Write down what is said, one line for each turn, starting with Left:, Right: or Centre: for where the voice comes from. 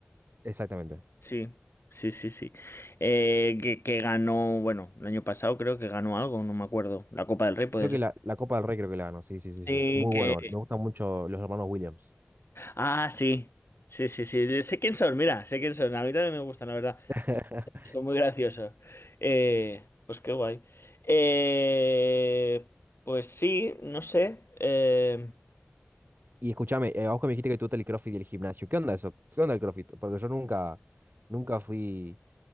Right: Exactamente.
Left: Sí, sí, sí, sí. Eh, que, que ganó, bueno, el año pasado creo que ganó algo, no me acuerdo. La Copa del Rey puede
Right: Creo que
Left: ser.
Right: la, la Copa del Rey creo que la ganó, sí, sí, sí,
Left: Sí,
Right: sí. Muy
Left: que.
Right: bueno, me gustan mucho los hermanos Williams.
Left: Ah, sí. Sí, sí, sí. Sé quién son, mira, sé quién son. A mí también me gustan, la verdad.
Right: <laughs>
Left: Son muy graciosos. Eh, pues qué guay. Eh, pues sí, no sé. Eh,
Right: Y escúchame, eh, vos que me dijiste que te gusta el CrossFit y el gimnasio. ¿Qué onda eso? ¿Qué onda el CrossFit? Porque yo nunca, nunca fui,